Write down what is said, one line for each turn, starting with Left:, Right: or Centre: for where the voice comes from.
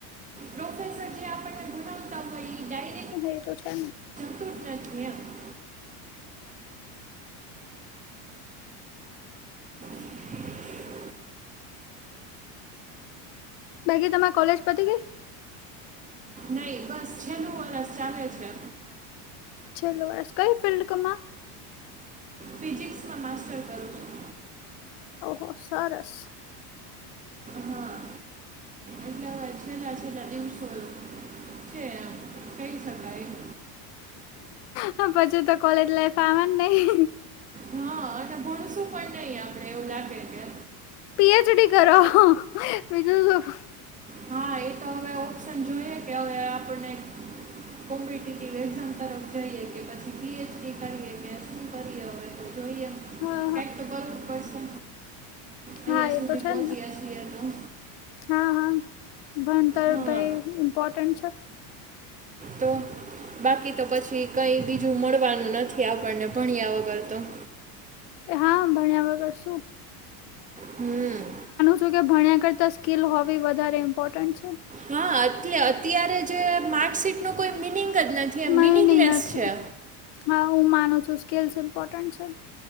Right: પ્રોફેસર જે આપાને ભણતા હોય
Left: એ તો છે.
Right: તી <inaudible> <inaudible>
Left: બાકી તમારી કોલેજ પતી ગઈ.
Right: નઈ બસ છેલ્લું વરષ ચાલે છે.
Left: છેલો આસ કઈ ફિલ્ડ કમાં
Right: ફિજિક્સમાં માસ્ટર કરું છું.
Left: ઓહો સરસ.
Right: હા એટલે હવે છેલ્લા છેલ્લા દિવસો છે એમ કઈ શકાય એમ.
Left: હા પછી તો કોલેજ લાઈફ આવા જ નહી.
Right: હા અને ભણશું પણ નઈ આપડે એવું લાગે કે
Left: પીએચડી કરો બીજું શું.
Right: હા એ તો હવે ઓપ્શન જોઈએ કે હવે આપણને કોમ્પિટેટિવ એક્ઝામ તરફ જઈએ કે, પછી પીએચડી કરીએ કે, શું કરીએ હવે તો જોઈએ.
Left: હહ હહ
Right: એ તો કરવું જ પડશે. અહીંયા
Left: હા
Right: સુધી
Left: એ તો છે
Right: પહોંચીયા
Left: જ ને
Right: છીએ તો.
Left: હા હા ભણતર
Right: હા
Left: ભાઈ ઇમ્પોર્ટન્ટ છે.
Right: તો બાકી તો પછી કઈ બીજું મળવાનું નથી આપણને ભણ્યા વગર તો.
Left: એ હા ભણ્યા વગર શું.
Right: હમ
Left: શું કે ભણ્યા કરતા સ્કીલ હોવી વધારે ઇમ્પોર્ટન્ટ છે.
Right: હા એટલે અત્યારે જે માર્કશીટનો કોઈ મિનિંગ જ નથી એમ
Left: માઇનિંગ
Right: મિનિંગલેસ
Left: નથી
Right: છે.
Left: હા હું માનું છું સ્કીલસ ઇમ્પોર્ટન્ટ છે.